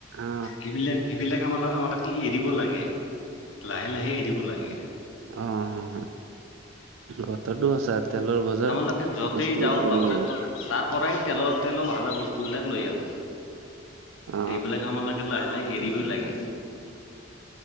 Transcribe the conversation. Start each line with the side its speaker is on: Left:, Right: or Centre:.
Right: অ
Left: সিবিলাক সিবিলাক আ আমালোকে এৰিব লাগে লাহে লাহে এৰিব লাগে।
Right: অ অ কথাটো সচা তেলৰ ভযা
Left: আমালোকে য'তেই
Right: বস্তু
Left: যাওঁ
Right: বিলাক
Left: ততে
Right: এৰিব লাগে।
Left: তত তাৰ পৰাই তেলৰ তেলৰ ভাজা বস্তু বিলাক লৈ আহো।
Right: অ
Left: এইবিলাক আমালোকে লাহে লাহে এৰিব‌ই লাগে